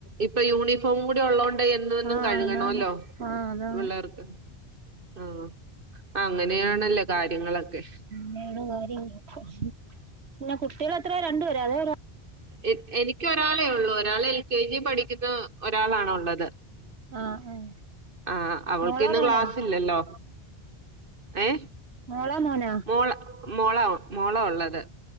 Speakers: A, on the right (about 55°); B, on the right (about 80°).
A: ഇപ്പൊ യൂണിഫോം കൂടി ഒള്ളോണ്ട് എന്നു എന്നും
B: ആഹ്
A: കഴുകണോല്ലോ
B: അതാണ് ആഹ് അതാണ്
A: പിള്ളേർക്ക് ആഹ് അങ്ങനെയാണല്ലോ
B: ഉം
A: കാര്യങ്ങളൊക്കെ
B: പിന്നേട് ഓരേ <unintelligible> പിന്നെ കുട്ടികൾ എത്രയാ രണ്ടുപേരാ അതെ ഒരാ
A: എ എനിക്ക് ഒരാളേ ഒള്ളൂ ഒരാൾ എൽ കെ ജി പഠിക്കുന്ന ഒരാളാണൊള്ളത്
B: ആഹ് ആഹ്
A: ആഹ് അവൾക്ക്
B: മോളാ
A: ഇന്ന്
B: മോനാ
A: ക്ലാസ് ഇല്ലല്ലോ ഏ
B: മോളാ മോനാ
A: മോള മോളാ ഒ മോളാ ഒള്ളത്